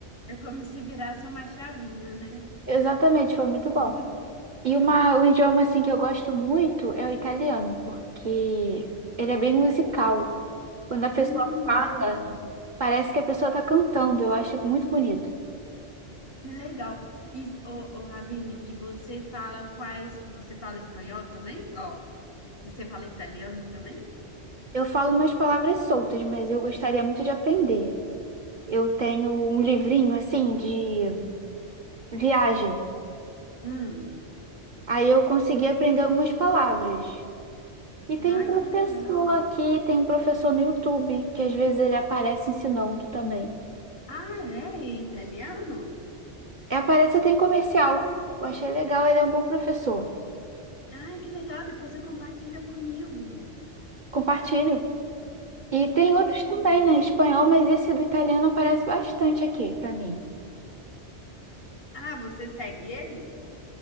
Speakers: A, on the left (about 55°); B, on the right (about 45°).
A: É como se virasse uma chavinha, né?
B: Exatamente, foi muito bom.
A: <laughs>
B: E uma, um idioma assim que eu gosto muito é o italiano, porque ele é bem musical. Quando a pessoa
A: Hum,
B: fala,
A: verdade.
B: parece que a pessoa está cantando. Eu acho muito bonito.
A: Que legal. E, ô, ô, Ravine, e você fala quais? Você fala espanhol também? Ó, você fala italiano também?
B: Eu falo umas palavras soltas, mas eu gostaria muito de aprender. Eu tenho um livrinho assim de viagem.
A: Hum.
B: Aí eu consegui aprender algumas palavras. E tem um
A: Ai,
B: professor
A: que legal.
B: aqui, tem um professor no YouTube, que às vezes ele aparece ensinando também.
A: Ah, é? É Italiano?
B: É, Aparece até em comercial. Eu achei legal, ele é um bom professor.
A: Ai, que legal. Depois eu compartilho comigo.
B: Compartilho. E tem
A: Que
B: outros
A: legal.
B: também, né? Espanhol, mas esse do italiano aparece bastante aqui pra mim.
A: Ah, você segue ele?